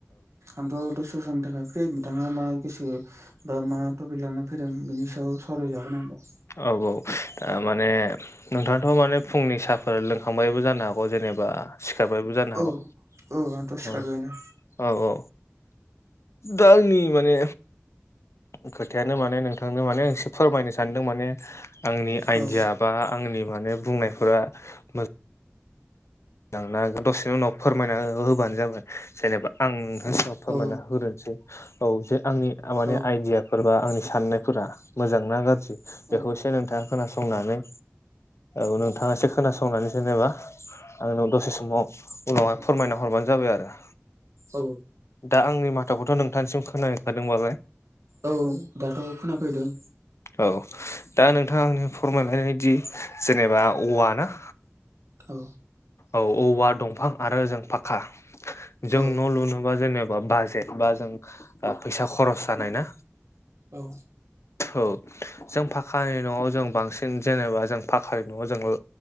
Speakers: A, on the right (about 80°); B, on the left (about 70°).
A: आंथ दसे समनि थाखाय फ्रि नोंथाङा मा गोसो बा मा टपिक लाना फैदों बेनि सायाव सावराय जागोन होमबा
B: औ औ माने नोंथाङाथ माने फुंनि साहाफोर लोंखांबायबो जानो हागौ जेनेबा सिखारबायबो जानो हागौ
A: औ औ आंथ' सिखारबायानो
B: अ औ औ दा आनि माने खोथायानो माने नोंथांनो मानेसे फोरमायनो सानदों माने आंनि आइडिया
A: औ
B: बा आंनि माने बुंनायफोरा मो जांना हागोन दसेनि उनाव फोरमायना होबानो जाबाय जेनेबा आं फार्सेआव फोरमायना
A: औ
B: होग्रोनसै औ जे आंनि माने
A: औ
B: आइदिया फोरबा आंनि साननायफोरा मोजां ना गाज्रि
A: औ
B: बेखौ एसे नोंथाङा खोनासंनानै औ नोंथाङा एसे खोनासंनानै जेनेबा आंनो दसे समाव उनावहाय फोरमायना हरबानो जाबाय आरो
A: औ
B: दा आंनि माथाखौथ नोंथांनिसिम खोनखादोंबालाय
A: औ दाथ खोनाफैदों
B: औ दा नोंथाङा आंनो फोरमानानैहोदि जेनेबा औवा ना
A: औ
B: औ औवा दंफां आरो जों फाखका जों
A: औ
B: न' लुनोबा जेनेबा बाज जेनेबा जों फैसा खरस जानाय ना
A: औ
B: औ जों पाखानि न'आव जों बांसिन जेनेबा जों पाखानि न'आव जों